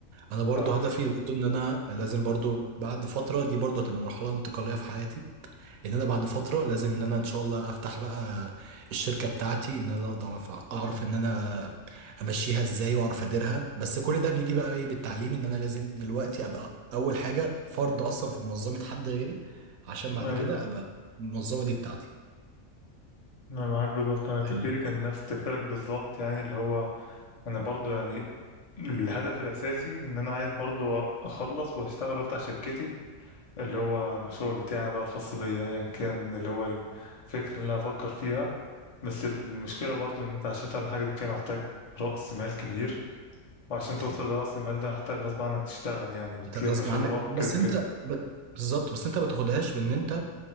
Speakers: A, on the right; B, on the left.
A: انا برضو
B: فاهم
A: هدفي برضو ان انا لازم برضو بعد فترة دي برضو هتبقى مرحلة انتقالية في حياتي ان انا بعد فتره لازم ان انا ان شاء الله افتح بقى الشركه بتاعتي ان انا اقدر اعرف أعرف ان انا امشيها ازاي واعرف اديرها بس كل ده بيجي بقى ايه بالتعليم ان انا لازم دلوقتي ابقى اول حاجه فرد اصلا في منظمه حد غيري عشان بعد
B: ايوه
A: كده ابقى المنظمه دي بتاعتي
B: انا معاك بالظبط انا تفكيري
A: فاهمني؟
B: كان نفس تفكيرك بالظبط يعني اللي هو انا برضو يعني الهدف الاساسي ان انا عايز برضو اخلص واشتغل وافتح شركتي اللي هو المشروع بتاعنا بقى الخاص بيا ايا كان اللي هو الفكرة اللي انا افكر فيها بس المشكلة برضو ان انت عشان تعمل حاجة زي كده محتاج رأس مال كبير وعشان توصل
A: طبعا
B: لرأس المال ده محتاج غصب عنك تشتغل يعني وتلم
A: انت غصب
B: خبرة
A: عنك بس
B: كده كده
A: انت ب... بالظبط بس انت ما تاخدهاش بان انت